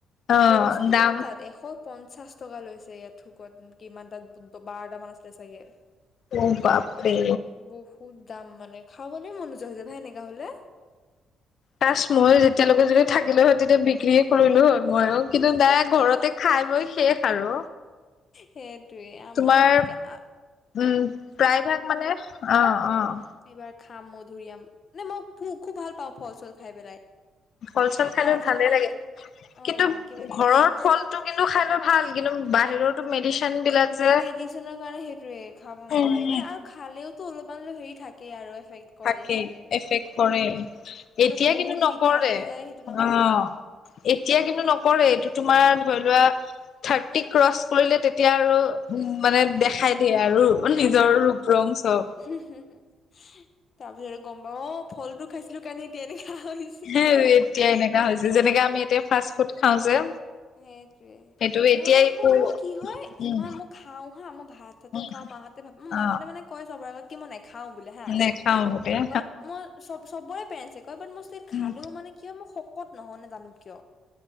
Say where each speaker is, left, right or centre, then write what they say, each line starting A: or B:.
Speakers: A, on the left (about 60°); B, on the left (about 45°).
A: অ
B: দচ কিমান
A: দাম
B: তাত এশ পঞ্চাশ টকা লৈছে ইয়াত। থুকত কিমানাতা বাৰ'টা মান আছিলে চাগে।
A: অ বাপৰে
B: বুফ বহুত দাম মানে খাবলৈ মন নোযোৱা হৈছে, ভাই এনেকা হ'লে।
A: কাঁছ মই যেতিয়ালৈকে যদি থাকিলে হয়, তেতিয়া বিক্ৰীেয়ে কৰিলোঁ হয়। মইও কিন্তু নাই ঘৰতে খাই বই শেষ। আৰু
B: সেইটোৱে আমাৰো
A: তোমাৰ
B: হেণেকে আ
A: উম, প্ৰায় ভাগ মানে অ', অ'।
B: এইবাৰ খাম মধুৰিআম। নে মই খুব ভাল পাওঁ ফল চল খাই পেলাই।
A: ফল চল
B: এতিয়া
A: খালে
B: আজিও
A: ভালে
B: মায়ে
A: লাগে।
B: কি অ
A: কিন্তু
B: কিবা কিবি
A: ঘৰৰ
B: মায়ে আনি দিছে
A: ফলটো কিন্তু খাই লৈ, ভাল কিন্তু বাহিৰৰতো মেডিচন বিলাক যে
B: মেডিচনৰ কাৰণে সেইটোয়ে খাব নোৱাৰি
A: উম
B: মানে আৰু খালেও, তো অলপমান লৈ হেৰি থাকে আৰু এফেক্ট। কৰে
A: থাকে
B: সেইটোয়ে
A: এফেক্ট কৰেই,
B: এই
A: এতিয়া
B: যদি বহুত
A: কিন্তু নকৰে।
B: মিঠা হৈ যায় সেইটো নহয়
A: অ'।
B: আৰু
A: এতিয়া কিন্তু নকৰে এইটো তোমাৰ ধৰি লোৱা থাৰ্টি ক্ৰচ কৰিলে তেতিয়া আৰু উম, মানে
B: উম
A: দেখাই দিয়ে আৰু নিজৰ ৰূপ ৰং চ'ব।
B: হোম হোম হোম, তাৰ পিছতে গম পাওঁ, অ', ফলটো খাইছিলোঁ কাৰণে এতিয়া এনেকা হৈ-
A: সেৰি এতিয়া এনেকা হৈছে, যেনেকা আমি এতিয়া ফাষ্ট ফুড খাওঁ যে।
B: সেটোৱে।
A: সেইটো এতিয়া
B: মো- মই আকৌ
A: একো
B: মোৰ কি হয়
A: উম
B: ইমান মই খাওঁ হা, মই ভাততো
A: উম
B: খাওঁ মাহঁতে ভাব উম,
A: অ
B: মাহতে মানে- কয় চবৰে আগত কি মই নেখাওঁ বুলে হা।
A: নেখাও গোটেই
B: বাট মই চব চবৰে পেৰেণ্ট চেক হয়। বাট মই চিৰ খালেও
A: অ
B: মানে- কিয় মই শক'ত নহও নাজানো কিয়?